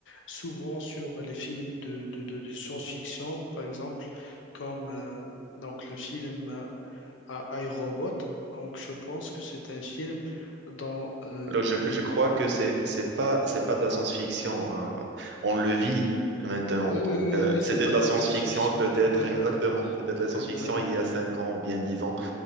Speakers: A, on the left (about 80°); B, on the right (about 65°).
A: souvent sur les films de, de, de- de science-fiction, par exemple, comme euh, donc le film euh, à iRobot. Donc, je pense que c'est un film dans euh,
B: alors je,
A: le...
B: je crois que c'est c'est pas c'est pas de la science-fiction. hein. On le vit maintenant.
A: Oui,
B: Donc
A: oui, oui,
B: euh,
A: oui,
B: c'était
A: c'est pas
B: de la
A: de la
B: science-fiction
A: science-fiction.
B: peut-être
A: Ouais,
B: exactement. C'était de la science-fiction
A: exactement.
B: il y a cinq ans, bien dix ans.